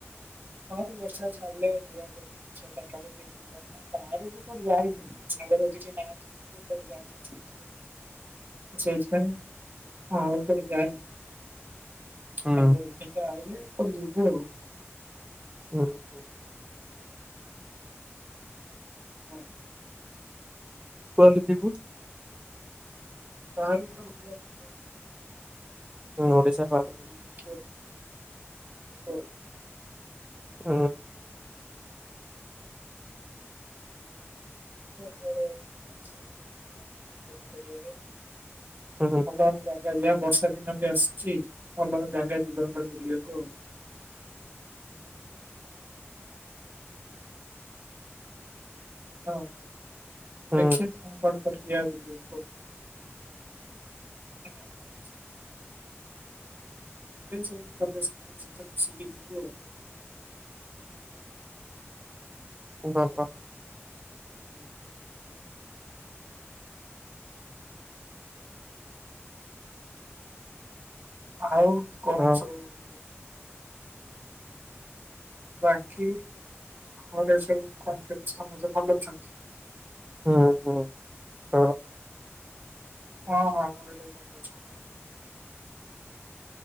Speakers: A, on the right (about 50°); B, on the right (about 20°).
A: ହଁ ଏଇ ବର୍ଷା ଛାଡ଼ିଲେ ଯିବାକୁ କୁଆଡେ ଦେଖିବା ଚାରଟା ବଳେକୁ କିଏ ବାହାରକୁ କୁଆଡେ ଯାଇନି ସାଙ୍ଗ ସାଥୀ କେହି ନାହନ୍ତି ସବୁ କୁଆଡେ ଯାଇଛନ୍ତି ବୁଲିବାକୁ। ସେଇଥିପାଇଁ ମୁଁ ଆଉ କୁଆଡେ ଯାାଇନି।
B: ହୁଁ
A: ସାଙ୍ଗ‌ସାଥି ଏକା ଆଇଲେ କୁଆଡେ ଯିବୁ ଆଉ।
B: ହୁଁ ହୁଁ।
A: ହୁଁ।
B: କୁହନ୍ତୁ ଦିବୁ।
A: ବାହାରକୁ କୁଆଡେ ଜିବା।
B: ହୁଁ ଓଡିଶା ବାହାରକୁ।
A: <unintelligible>
B: ଉଁ ହୁଁ।
A: ସେପଟେ ଅଛି <unintelligible> ପଡ଼ିଆରେ।
B: ହୁଁ ହୁଁ।
A: ଭଲ ଜାଗା ଯିବା ବର୍ଷା ଦିନ ବି ଆସୁଛି ଭଲ ଜାଗା ଯିବା କୁଆଡେ ବୁଲିବାକୁ ଆଉ। ହଁ
B: ହୁଁ
A: ଦେଖିବା କଣ କୁଆଡ଼େ କରି ଯିବା ବୁଲି ବାକୁ। ନାହାନ୍ତି ଯିବେ ଏସବୁ କଲେଜ ସାଙ୍ଗ ସହିତ ମିସିକି ଯିବୁ ଆଉ।
B: ଓ ହଁ ହଁ।
A: ହୁଁ। ଆଉ କଣ
B: ଆଉ
A: ସବୁ। ଇଏ ବାକି ଘରେ ସବୁ କଣ କେମିତି ସବୁ ସମସ୍ତେ ଭଲ ଅଛନ୍ତି।
B: ହୁଁ ହୁଁ ତୋର।
A: ହଁ ହଁ ମୋ ଘରେ ବି ଭଲ ଅଛନ୍ତି।